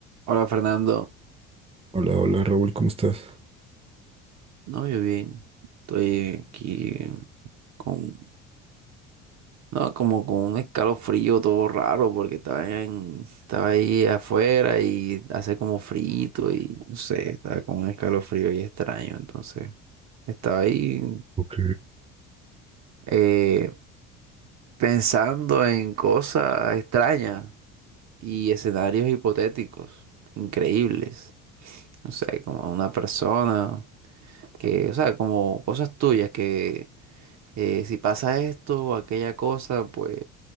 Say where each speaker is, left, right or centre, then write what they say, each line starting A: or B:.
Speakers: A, on the right (about 50°); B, on the right (about 15°).
A: Hola Fernando,
B: Hola, hola Raúl, ¿cómo estás?
A: no, yo bien, estoy aquí con, no, como con un escalofrío todo raro porque estaba en, estaba ahí afuera y hace como frito y no sé, estaba con un escalofrío y extraño, entonces estaba ahí
B: Ok.
A: eh, pensando en cosas extrañas y escenarios hipotéticos, increíbles, no sé, como una persona que, o sea, como cosas tuyas que eh, si pasa esto o aquella cosa, pues,